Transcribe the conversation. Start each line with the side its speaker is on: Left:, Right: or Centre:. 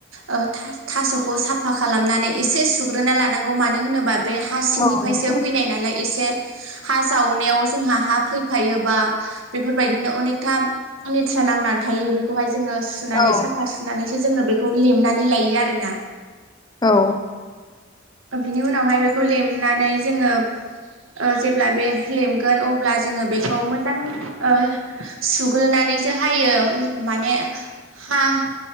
Right: अ था-थास'खौ साफा खालामनानै एसे सुग्रोना लानांगौ मानो होनोबा बे हा सिंनिफ्रायसो
Left: औ नंगौ
Right: फैनाय नालाय एसे हा जावनायाव जोंहा हा फैफायोबा बेफोरबायदिनो अनेकथा लेथ्रा नांनानै थायो बेखौहाय जोङो सुनानै
Left: औ
Right: साफा सुनानै जोङो बेखौ लेमनानै लायो आरोना
Left: औ
Right: बिनि उनावहाय बेखौ लेमनानै जोङो ओ जेब्ला बे लेमगोन अब्ला जोङो बेखौ मोजां अ सुग्रोनानैसो हायो माने हाह